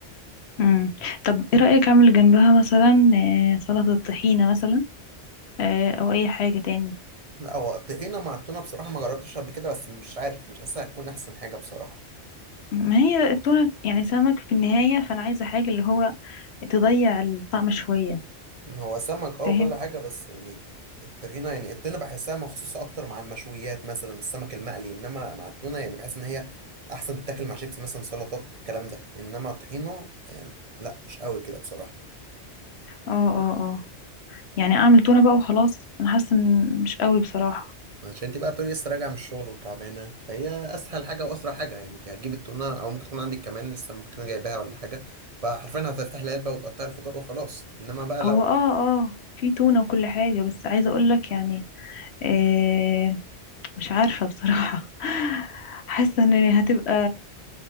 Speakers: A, on the left; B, on the right.
A: امم طب ايه رأيك اعمل جنبها مثلا آه، سلطة طحينة مثلا آه، او اي حاجة تاني
B: لا هو الطحينه مع التونه بصراحه ما جربتش قبل كده بس مش عارف مش حاسسها هتكون احسن حاجه بصراحه
A: ما هي التونة يعني سمك في النهاية فانا عايزة حاجة اللي هو تضيع الطعم شوية
B: هو سمك اه
A: فاهم
B: وكل حاجة بس يعني الطحينة يعني الطحينة بحسها مخصوصة أكتر مع المشويات مثلا السمك المقلي إنما مع التونة يعني بحس إن هي أحسن تتاكل مع شيبسي مثلا سلطات الكلام ده إنما الطحينة آه، لا مش قوي كده بصراحة
A: اه اه اه يعني اعمل تونة بقى وخلاص انا حاسة ان مش قوي بصراحة
B: عشان انت بقى بتقولي لسه راجعة من الشغل وتعبانة فهي أسهل حاجة وأسرع حاجة يعني انت هتجيب التونة أو ممكن تكون عندك كمان لسه ممكن تكون جايباها ولا حاجة فحرفيا هتفتحي العلبة وتقطعي الخضار وخلاص إنما بقى
A: هو
B: لو
A: اه اه في تونة وكل حاجة بس عايزة اقولك يعني آه مش عارفة بصراحة <laughs> حاسة ان هتبقى